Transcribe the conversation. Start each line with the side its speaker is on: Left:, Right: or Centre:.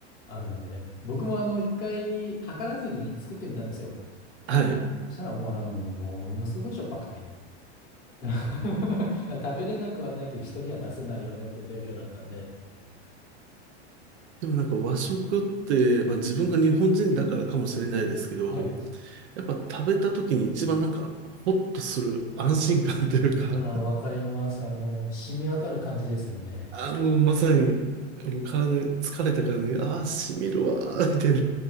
Left: あるんで、僕もあの一回測らずに作ってみたんですよ。
Right: はい。
Left: そしたらもうあの、ものすごいしょっぱくて。<laughs> 食べれなくはないけど人には出せないよねっていうレベルだったんで。
Right: でもなんか和食って、まあ、自分が日本人だからかもしれないですけど、
Left: はい。
Right: やっぱ食べた時に一番なんかホッとする安心感というか、
Left: あー、
Right: <laughs>
Left: わかります。あの、染み渡る感じですよね。
Right: ああ、もうまさに、もう体疲れたからね、ああ、しみるわー、みたいな、